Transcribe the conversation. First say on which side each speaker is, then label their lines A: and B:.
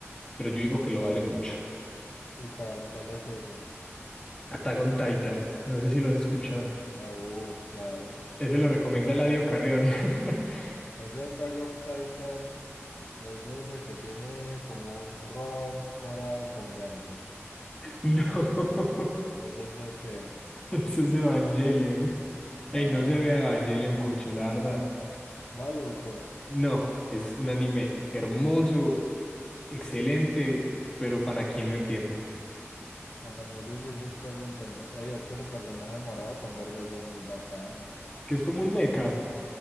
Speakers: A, on the left; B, on the left.
A: pero yo digo que lo vale mucho.
B: ¿Y cuál, cuál es ese?
A: Attack on Titan, no sé si lo has escuchado.
B: Ah, uh, claro.
A: Ese lo
B: Ese,
A: recomienda Eladio Carrión. <laughs>
B: ese Attack of Titan es de ese que tiene como un robot morado con verde.
A: No,
B: ¿Ese es de qué?
A: <laughs> ese es Evangelion.
B: Ah,
A: Ey, no se vea Evangelion, Cucho, la verdad.
B: maluco.
A: No, es un anime hermoso, excelente, pero para quien lo entiende.
B: Ah, muy difícil pues de entender. Ey, es que ese personaje morado con verde se ve muy bacano.
A: Que es como un mecha.